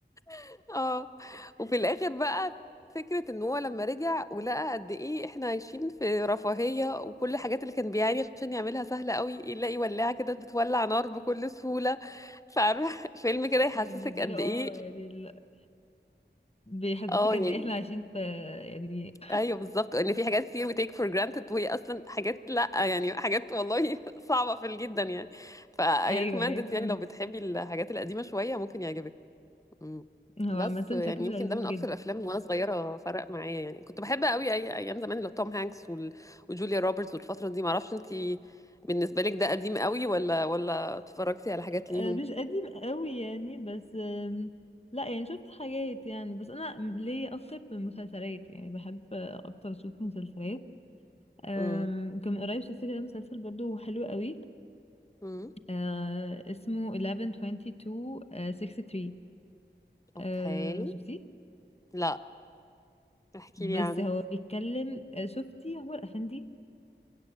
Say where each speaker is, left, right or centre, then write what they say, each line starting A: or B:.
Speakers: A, on the left (about 15°); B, on the left (about 35°).
A: <laughs> اه وفي الآخر بقى فكرة ان هو لما رجع ولقى قد ايه احنا عايشين في رفاهية وكل الحاجات اللي كان بيعاني عشان يعملها سهلة قوي يلاقي ولاعة كده بتولع نار بكل سهولة فعارفة <laughs> فيلم
B: <laughs>
A: كده يحسسك
B: بالنسبة
A: قد
B: لي اه
A: ايه
B: يعني ال... بيحسسك
A: اه يعني
B: قد ايه احنا عايشين في يعني
A: ايوه بالظبط ان في حاجات كتير we take for granted وهي اصلا حاجات لا يعني حاجات والله <laughs> صعبه في ال- جدا يعني ف I
B: ايوه
A: recommend
B: ايوه
A: it يعني لو بتحبي الحاجات القديمه شويه ممكن يعجبك أمم.
B: هو
A: بس
B: عامة
A: يعني
B: شكله
A: يمكن
B: لذيذ
A: ده من
B: جدا
A: اكتر الافلام وانا صغيره فرق معايا يعني كنت بحب قوي أي ايام زمان اللي توم هانكس وال... وجوليا روبرتس والفتره دي معرفش انتي بالنسبه لك ده قديم قوي ولا ولا اتفرجتي على حاجات
B: آه،
A: ليهم
B: مش قديم قوي يعني بس آم، لا يعني شفت حاجات يعني بس انا ليا اكتر في المسلسلات يعني بحب اكتر اشوف مسلسلات آم،
A: امم
B: كان من قريب شفت كده مسلسل برضو حلو قوي
A: امم
B: آه، اسمه 1122 آه، 63
A: اوكي
B: آه، شفتيه
A: لا احكي
B: بس
A: لي عنه
B: هو بيتكلم آه، شفتي عمر افندي